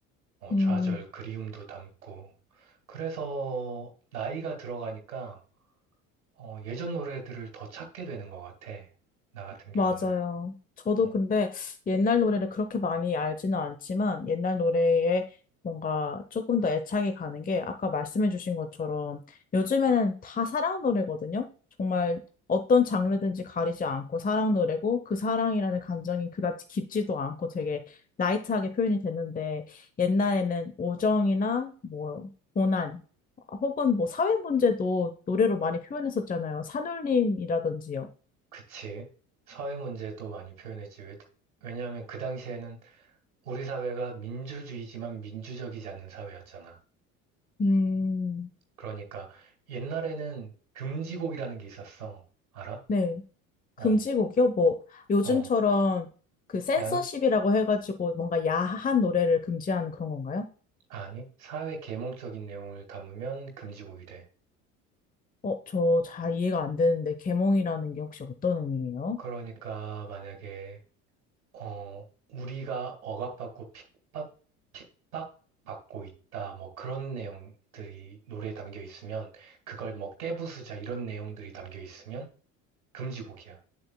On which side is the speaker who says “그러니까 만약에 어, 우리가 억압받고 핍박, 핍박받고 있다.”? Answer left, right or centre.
Right